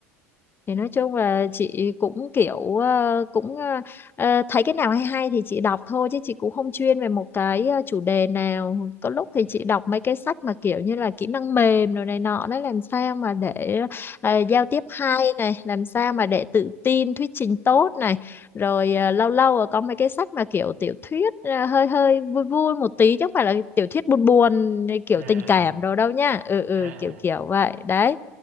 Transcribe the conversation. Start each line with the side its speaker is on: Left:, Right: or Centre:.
Left: Thì nói chung là chị cũng kiểu ờ, cũng ờ, ờ, thấy cái nào hay hay thì chị đọc thôi chứ chị cũng không chuyên về một cái ờ, chủ đề nào. Có lúc thì
Right: Ừ.
Left: chị đọc mấy cái sách mà kiểu như là kỹ năng mềm rồi này nọ đấy làm sao mà để ờ, giao tiếp hay này, làm sao mà để tự tin, thuyết trình tốt này. Rồi ờ, lâu lâu ờ, có mấy cái sách mà kiểu tiểu thuyết ờ, hơi hơi vui vui một tí chứ không phải là tiểu thuyết buồn buồn kiểu
Right: à
Left: tình cảm đồ đâu nha. Ừ ừ
Right: à à.
Left: kiểu kiểu vậy. Đấy